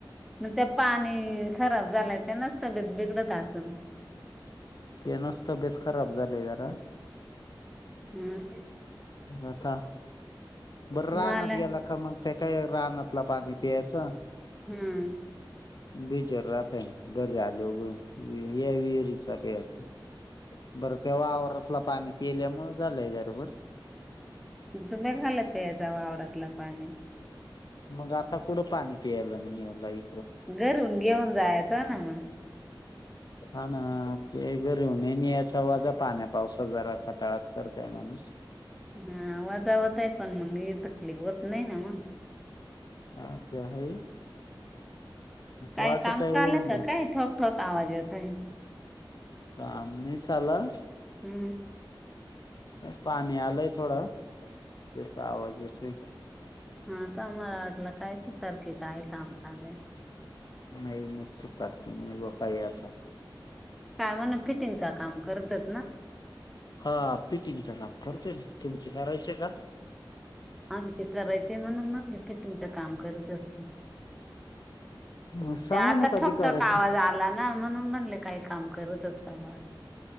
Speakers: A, in the centre; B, on the left (about 55°).
A: मग त्या पाणी खराब झालंय त्यानाच तब्येत बिघडत असल.
B: तेनस तब्येत खराब झालय जरा.
A: हम्म.
B: आता बर्रा
A: मला
B: रानत गेला का मग. त्या काय रानातलं पियायचं.
A: हम्म.
B: बिचार राहता आहे घरी आल वर या विहिरीचा पयचा. बरं ते्हा आवरातलं पाणी पिल्यामुळे झालंय गरबर.
A: तुम्चा नीट झाले का वावरातलं पाणी.
B: मग आता कुढं पाणी पियला नाही यालाई.
A: घरून घेऊन जयचे ना मग.
B: हा ना ते घरी होऊन नाही याचा वाजा पान पावसाात जरा खटाळाच करताय माणूस.
A: हा वजा होतय पण मग तसली होत नाही ना मग.
B: हा त्या आहे.
A: काही
B: वाटत
A: काम
B: आहे होऊन
A: चालेय का
B: जाईल
A: काही ठोक ठोक आवाज येत आहे.
B: काम नाही चालत.
A: हम्म.
B: पाणी आला आहे थोडा तेचा आवाज येतोय.
A: हा कामला वाटलं काय सुतार की काय काम चालेय.
B: नाही नसत पारत म बफ आता.
A: काय म्हण फिटिंगच काम करतात ना.
B: हा फिटींगच काम करततोय मी तुमची करायचे का.
A: आमचे करायचे म्हणून म्हणले की फिटिंग काम करत असनार.
B: मग सांगा
A: त्या आता
B: ना कधी
A: ठकतो
B: करायची
A: का आवाज आ. मला ना म्हणून म्हणले काय काम करत असता म.